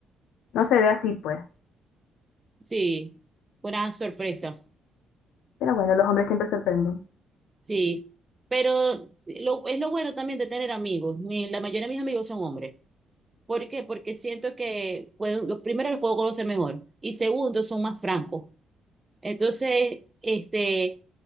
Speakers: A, on the left (about 85°); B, on the right (about 20°).
A: No se ve así, pues.
B: sí, fue una sorpresa,
A: Pero bueno, los hombres siempre sorprenden.
B: sí, pero sí, lo, es lo bueno también de tener amigos. Mi- la mayoría de mis amigos son hombres. ¿Por qué? Porque siento que, pues, los primeros los puedo conocer mejor y segundo, son más francos. Entonces, este,